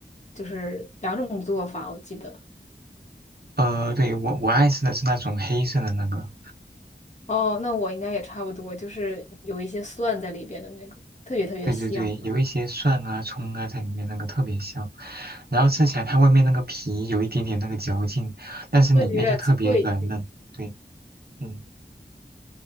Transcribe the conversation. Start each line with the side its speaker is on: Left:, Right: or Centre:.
Left: 就是两种做法？我记得。
Right: 呃，对，我我爱吃的是那种黑色的那个。
Left: 哦，那我应该也差不多，就是有一些蒜在里边的那个，特别特别香，
Right: 对对对，有一些蒜啊、葱啊在里面，那个特别香。然后吃起来，它外面那个皮有一点点那个嚼劲，但是里面就特别软嫩。
Left: 对，有点脆。
Right: 对，嗯，